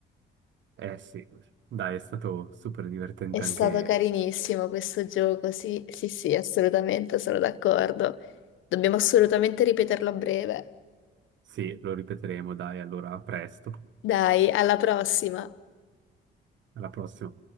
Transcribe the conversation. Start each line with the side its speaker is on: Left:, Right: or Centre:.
Right: Eh sì, dai, è stato super divertente
Left: È stato
Right: anche...
Left: carinissimo questo gioco, sì, sì, sì, assolutamente, sono d'accordo. Dobbiamo assolutamente ripeterlo a breve.
Right: Sì, lo ripeteremo, dai, allora a presto,
Left: Dai, alla prossima.
Right: alla prossima.